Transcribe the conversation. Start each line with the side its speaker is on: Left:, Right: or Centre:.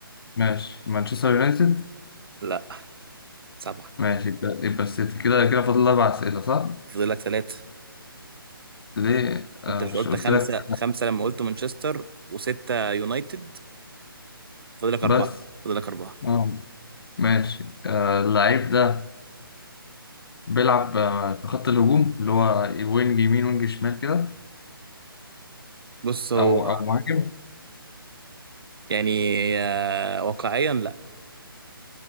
Left: ماشي مانشستر يونايتد
Right: لا سبعة
Left: ماشي يبقى يبقى السيتي كده كده فاضل أربع أسئلة صح؟
Right: فاضلك ثلاثة
Left: ليه؟ آه
Right: انت مش
Left: مش
Right: قلت
Left: قلت
Right: خمسة
Left: لك
Right: خمسة لما قلت مانشستر وستة يونايتد فاضلك
Left: بس
Right: أربعة فاضلك أربعة
Left: آه ماشي آه اللعيب ده بيلعب آه، في خط الهجوم اللي هو وينج يمين وينج شمال كده
Right: بص هو
Left: او او مهاجم
Right: يعني آه، واقعيا لا